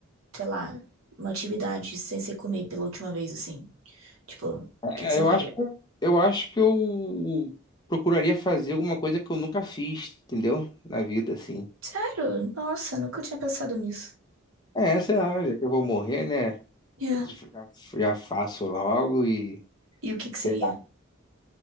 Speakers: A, on the right; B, on the left.
A: sei lá, uma atividade sem ser comer pela última vez assim? Tipo, o
B: É,
A: que que você
B: eu
A: faria?
B: acho que, eu acho que eu procuraria fazer alguma coisa que eu nunca fiz, entendeu? Na vida, assim.
A: Sério? Nossa, nunca tinha pensado nisso.
B: É, sei lá, já que eu vou morrer, né?
A: É.
B: Já, já faço logo e,
A: E o que que
B: sei
A: seria?
B: lá,